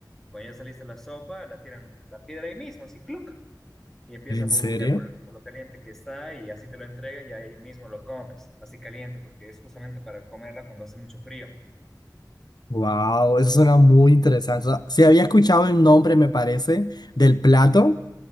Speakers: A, in the centre; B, on the left (about 65°).
A: Cuando ya saliste la sopa, la tiran la piedra ahí mismo, así, ¡cluc! Y empieza
B: ¿En
A: a burbujear
B: serio?
A: por, el- por lo caliente que está y así te lo entregan y ahí mismo lo comes, así caliente, porque es justamente para comerla cuando hace mucho frío.
B: Wow, eso suena muy interesante. O sea, sí había escuchado el nombre, me parece, del plato,